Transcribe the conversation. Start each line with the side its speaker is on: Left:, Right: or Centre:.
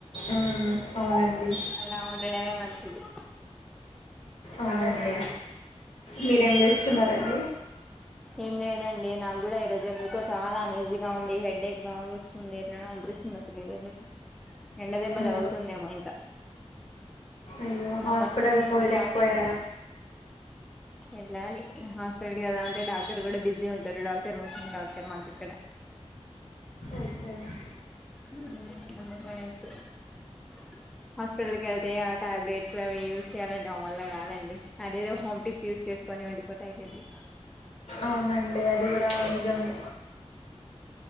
Left: ఉమ్, అవునండి
Centre: అలా ఉండడమే మంచిది
Left: అవునండి మీరేం చేస్తున్నారండి
Centre: ఏం లేదండి నాకు కూడా ఈరోజు ఎందుకో చాలా ఆన్ఏజీగా ఉంది హెడ్ ఎక్ బాగా వస్తుంది ఎట్లనో అనిపి పిస్తోంది అసల్ ఈ రోజే ఎండ దెబ్బ
Left: ఉమ్,
Centre: దగులుతుందేమో ఇంకా
Left: అయ్యో
Centre: సమ్మర్
Left: హాస్పిటల్
Centre: సీజన్
Left: పోయలేకపోయారా
Centre: స్టార్ట్ అయిందిగా వెళ్ళాలి ఇంకా హాస్టల్ కి ఎల్ల ఇడా డాక్టర్ కూడా బిజీ ఉంటారు డాక్టర్ ముస్లిం డాక్టర్ మంక్ ఇక్కడ
Left: ఓకే
Centre: <unintelligible> హాస్పిటల్కి వెళ్తే అ టాబ్లెట్స్ అవి యూస్ చేయాలంటే నా వాలా కాదండి ఆడ ఏదో హోమ్ పిక్స్ యూస్ చేసుకొని ఉందిపోతే అయిపోయిది
Left: అవునండి అది కూడా నిజమే